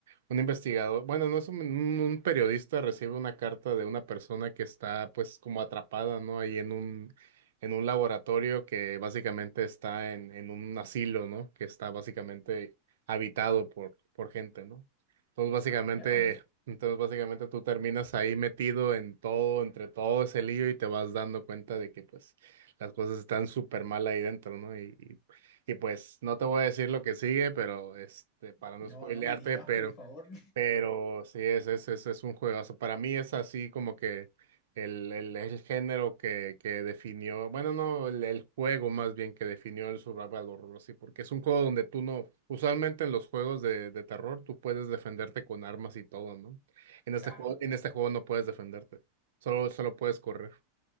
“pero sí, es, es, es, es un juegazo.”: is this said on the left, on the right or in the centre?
Right